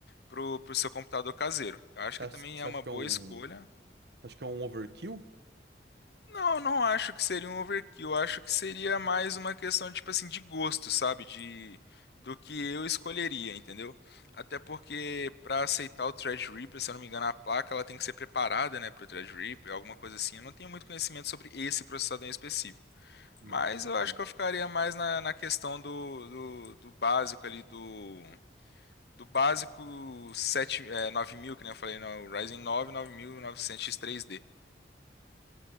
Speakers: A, on the left (about 65°); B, on the right (about 70°).
A: pro, pro seu computador caseiro. Eu acho
B: Você
A: que
B: acha
A: também
B: você
A: é uma
B: acha que
A: boa
B: é um,
A: escolha.
B: você acha que é um overkill?
A: Não, não acho que seria um overkill. Eu acho que seria mais uma questão, tipo assim, de gosto, sabe? De, do que eu escolheria, entendeu? Até porque para aceitar o Threadripper, se eu não me engano, a placa ela tem que ser preparada, né, pro Threadripper, alguma coisa assim. Eu não tenho muito conhecimento sobre esse processador em específico.
B: Não,
A: Mas
B: com certeza.
A: eu acho que eu ficaria mais na, na questão do, do, do básico ali do Do básico sete é, 9000 que nem eu falei, no Ryzen 9, 9900 x três d